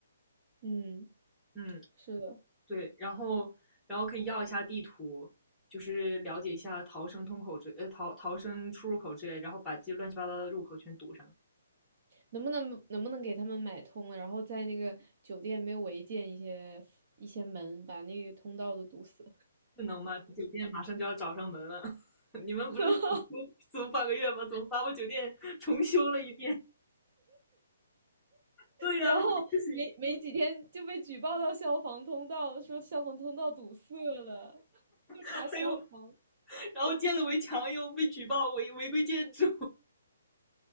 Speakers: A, on the right (about 35°); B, in the centre.
A: 嗯，
B: 嗯，
A: 是的，
B: 对，然后然后可以要一下地图，就是了解一下逃生通口之呃逃逃生出入口之类，然后把这乱七八糟的入口全堵上，
A: 能不能能不能给他们买通了，然后在那个酒店没有违建一些一些门，把那个通道都堵死。
B: 这能吗？酒店马上就要找上门了，<laughs> 你们不是租租半个月吗？
A: <laughs>
B: 怎么把我酒店 <laughs> 重修了一遍？对呀、
A: 然后没没几天就被举报到消防通道，
B: 不行，
A: 说消防通道堵塞了，又查消防，
B: 还有然后建了围墙又被举报违违规建筑，